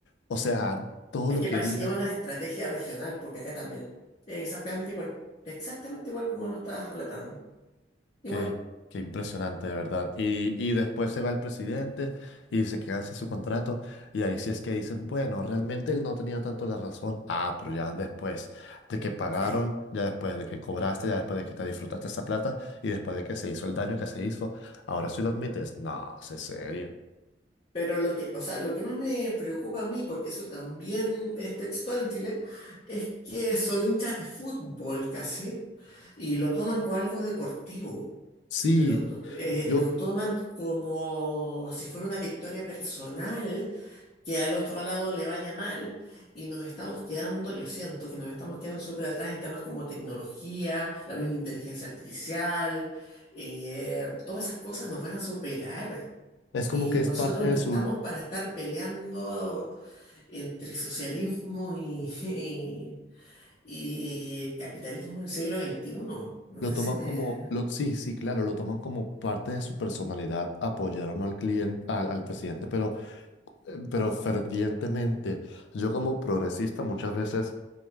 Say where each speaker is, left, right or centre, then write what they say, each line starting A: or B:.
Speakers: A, on the left (about 70°); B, on the left (about 35°).
A: o sea, todo
B: Es
A: lo
B: que
A: que
B: parece
A: diga.
B: que es una estrategia regional, porque acá también. Es exactamente igual, exactamente igual como lo estabas relatando. Igual.
A: Qué, qué impresionante, de verdad. Y, y después se va el presidente y se queda sin su contrato. Y ahí sí es que dicen, bueno, realmente él no tenía tanto la razón. Ah, pero ya después de que pagaron,
B: eh,
A: ya después de que cobraste, ya después de que te disfrutaste esa plata y después de que se hizo el daño que se hizo, ahora sí lo admites. No, sé serio.
B: pero lo que, o sea, lo que más me preocupa a mí, porque eso también es textual en Chile, es que son hinchas de fútbol casi, y lo toman como algo deportivo.
A: Sí,
B: Lo, to- eh,
A: yo
B: lo toman como si fuera una victoria personal que al otro lado le vaya mal y nos estamos quedando, yo siento que nos estamos quedando súper atrás en temas como tecnología, la misma inteligencia artificial, eh, todas esas cosas nos van a superar.
A: es como
B: Y
A: que
B: nosotros
A: es parte
B: no
A: de
B: estamos
A: su,
B: para estar peleando entre socialismo y, <laughs> y, y capitalismo del siglo XXI. No
A: Lo
B: sé
A: toman
B: si me...
A: como, lo, sí, sí, claro, lo toman como parte de su personalidad, apoyar o no al cliente, al, al presidente, pero, eh, pero fervientemente. Yo como progresista muchas veces